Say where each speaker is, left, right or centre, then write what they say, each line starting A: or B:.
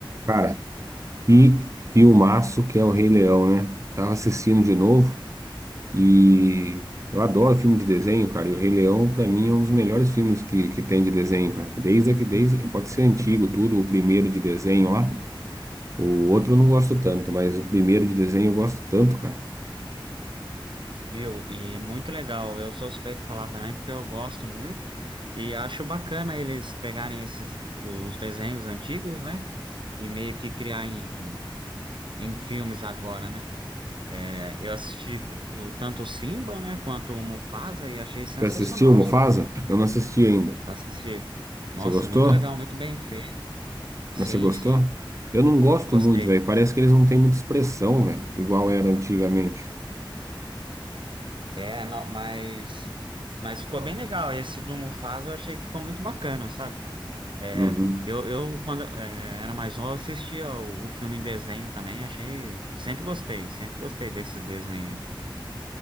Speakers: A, on the right (about 35°); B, on the right (about 65°).
A: Cara, e filmaço que é o Rei Leão, né? Tava assistindo de novo e eu adoro filme de desenho, cara. E o Rei Leão, pra mim, é um dos melhores filmes que, que tem de desenho, cara. Desde que desde pode ser antigo tudo, o primeiro de desenho lá. O outro eu não gosto tanto, mas o primeiro de desenho eu gosto tanto, cara.
B: Viu? E muito legal. Eu sou suspeito de falar também porque eu gosto muito e acho bacana eles pegarem esses os desenhos antigos, né? E meio que criar em, em filmes agora, né? É, eu assisti o, tanto o Simba, né, quanto o Mufasa e achei sensacional
A: Você assistiu o Mufasa?
B: os filmes.
A: Eu não assisti ainda.
B: Assisti. Nossa,
A: Você gostou?
B: muito legal, muito bem feito. Sim,
A: Mas você gostou?
B: sim,
A: Eu não gosto
B: gostei.
A: muito, velho. Parece que eles não têm muita expressão, velho, igual era antigamente.
B: É, não, mas mas ficou bem legal. Esse do Mufasa eu achei que ficou muito bacana, sabe? É,
A: Uhum.
B: eu, eu, quando é, era mais novo, assistia o, o filme em desenho também, achei. Sempre gostei, sempre gostei desses desenhos. aí.